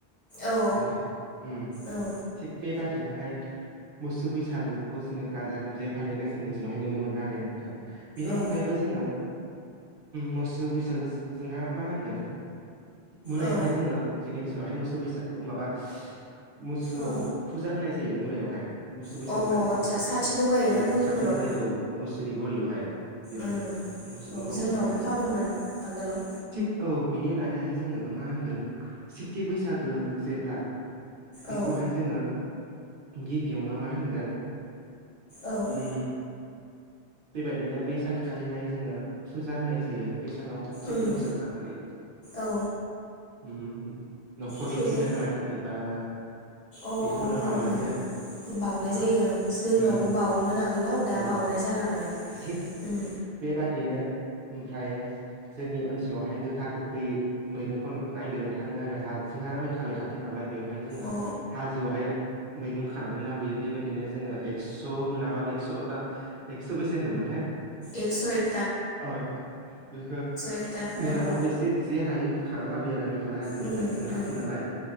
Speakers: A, on the left; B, on the right.
A: औ
B: नोंथां उम
A: औ
B: थिग बेबादिनोहाय मोसौ बैसागोखौ जोङो गाजा गोमजायै फालिनायखौ जोंनि ओनसोलावहाय नुनो मोनो आरो नोंथां। बेनि
A: औ
B: अनगायैबो जोङो। मोसौ बैसागो जोंहा मा होनगोन मोनायावहाय
A: औ
B: जोङो जोंनि ओनसोलावहाय मोसौ बैसाग अ माबा मोसौआव
A: औ
B: फुजा होनाय जायो मोनायावहाय। मोसौ बैसागु
A: अ आदसा
B: खालि नोंथां
A: साथि लगायोना
B: औ
A: गलिफोराव
B: साथि लगायो औ मोसौनि गलियावहाय बेवहाय।
A: उम
B: मोसौखौ
A: औ
B: बावनोसै
A: जोंनावबो
B: आरो।
A: खामोमोन
B: नोंथां
A: आगोलाव।
B: थिग औ बिनि उनावहाय जोङो मा होनगोन सेथि बैसागो जेब्ला बेखौहाय
A: औ
B: जोङो गिबियावनो मा होनगोन
A: औ।
B: उम बेबायदिनो बे सानखालिहाय जोङो फुजा होनाय जायो बे सानाव सेथि
A: उम
B: बैसागु सानखालि
A: औ
B: न'खरनि
A: फुजा
B: उम थैना थांनाय एबा
A: अ
B: बेफोरनो
A: उम
B: बावनाय
A: उम।
B: जायो आरो
A: बाउनाय
B: नोंथां
A: जायो ओं जोंनावबो
B: उम उम
A: बाउवोमोन आगोलाव दा
B: औ
A: बाउनाय जाला माने।
B: थिग
A: उम
B: बेबादिनो ओमफ्राय जोंनि ओनसोलावहाय गोखा गोखै मैगंखौ खन नायगिरनो थाङो आरो हा जोंहा मेघालय खा थि नालाय बेवहाय जोङो
A: अ
B: हाजोआवहाय मैगं खानानै लाबोयो बेबायदिनो जोङो एक्स' मोनाबाबो एक्स' था एकस' बेसे होनोमोनथाय?
A: एकस' एक
B: औ ए बेखौ
A: एकथा
B: मोनाबाबो
A: ओं
B: एसे जे हायो बेखौ खाना लाबोयो आरो खालाय हाजोनिफ्राय
A: उम
B: जोंना
A: उम
B: खाथि नालाय।